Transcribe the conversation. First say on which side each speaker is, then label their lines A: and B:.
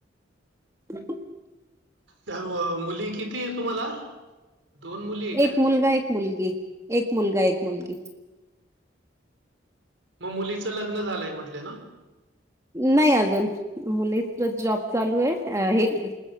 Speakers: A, on the right; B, on the right.
A: <unintelligible>
B: सर्व मुली किती आहे. तुम्हाला दोन मुली आहे का?
A: एक मुलगा एक मुलगी - एक मुलगा एक मुलगी
B: मग मुलीचं लग्न झालंय म्हटलं. ना
A: नाही. अजून मुलीच जॉब चालू आहे. हे